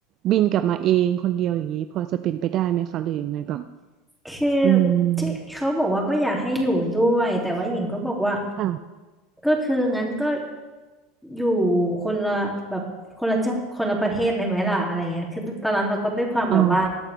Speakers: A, on the right (about 50°); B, in the centre.
A: บินกลับมาเองคนเดียวอย่างนี้พอจะเป็นไปได้ไหมคะหรือยังไงแบบ
B: คือ
A: อืม
B: ที่เขาบอกว่าก็อยากให้อยู่ด้วยแต่ว่าหญิงก็บอกว่า
A: ค่ะ
B: ก็คืองั้นก็อยู่คนละแบบคนละจังคนละประเทศเลยไหมล่ะอะไรเงี้ยคือตอนนั้นเราก็ด้วยความแบบว่า
A: อ๋อ